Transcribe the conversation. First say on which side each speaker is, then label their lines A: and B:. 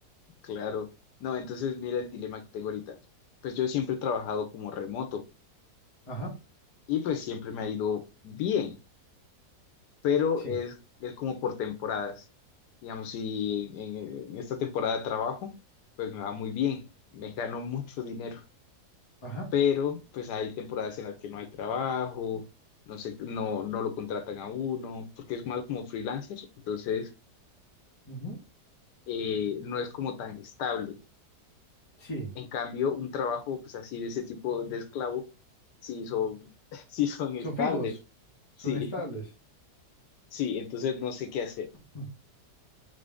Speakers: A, on the left; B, on the left.
A: claro. No, entonces mira el dilema que tengo ahorita. Pues yo siempre he trabajado como remoto
B: Ajá,
A: y pues siempre me ha ido bien, pero
B: sí,
A: es, es como por temporadas. Digamos, si en, en esta temporada trabajo, pues me va muy bien, me gano mucho dinero,
B: ajá,
A: pero pues hay temporadas en las que no hay trabajo, no sé, no, no lo contratan a uno, porque es más como freelancer, entonces
B: ujú,
A: eh, no es como tan estable.
B: sí.
A: En cambio, un trabajo pues así de ese tipo de esclavo, sí son, <laughs> sí son estables,
B: Son fijos, son
A: sí,
B: estables.
A: sí, entonces no sé qué hacer.
B: Mm.